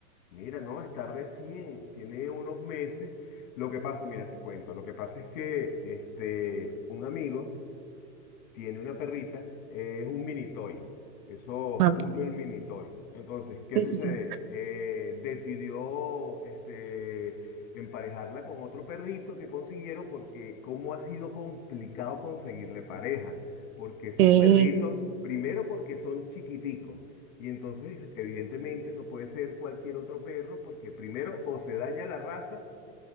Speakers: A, on the left; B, on the right.
A: Mira, no, está recién, tiene unos meses. Lo que pasa, mira, te cuento, lo que pasa es que este, un amigo tiene una perrita, eh, es un mini toy, esos
B: Ah.
A: poodle mini toy. Entonces, ¿qué
B: Sí,
A: sucede?
B: sí, sí.
A: Eh, decidió este, emparejarla con otro perrito que consiguieron porque cómo ha sido complicado conseguirle pareja, porque esos
B: Sí.
A: perritos, primero porque son chiquiticos. Y entonces, evidentemente, no puede ser cualquier otro perro porque primero o se daña la raza